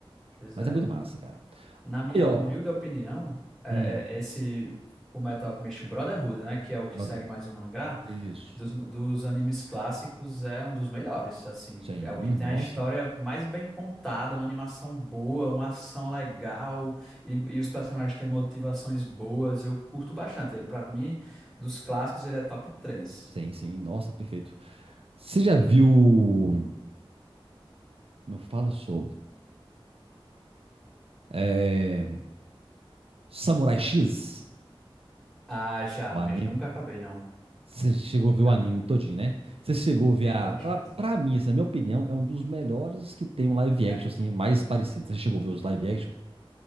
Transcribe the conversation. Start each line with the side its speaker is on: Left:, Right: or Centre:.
Centre: pois
Right: Mas
Centre: é.
Right: é muito massa, cara.
Centre: Na minha
Right: Aí, ó.
Centre: humilde opinião, é,
Right: Hum,
Centre: é esse o Metal Alchemist Brotherhood, né? Que é o que
Right: Brotherhood.
Centre: segue mais o mangá.
Right: Isso.
Centre: dos, dos animes clássicos é um dos melhores, assim,
Right: Sim,
Centre: é o que tem
Right: nossa.
Centre: a história mais bem contada, uma animação boa, uma ação legal e, e os personagens têm motivações boas, eu curto bastante. Ele para mim, dos clássicos, ele é top três
Right: Sim, sim, nossa, perfeito. Você já viu. Como eu falo, sou? É, Samurai X?
Centre: Ah, já,
Right: O
Centre: mas
Right: anime?
Centre: nunca acabei não.
Right: Você chegou a ver
Centre: Já
Right: o anime
Centre: vi,
Right: todinho, né? Você chegou
Centre: vi
Right: a ver a.
Centre: bastante.
Right: Pra, pra mim, assim, na minha opinião, é um dos melhores que tem um live action,
Centre: É.
Right: assim, mais parecido. Você chegou a ver os live action?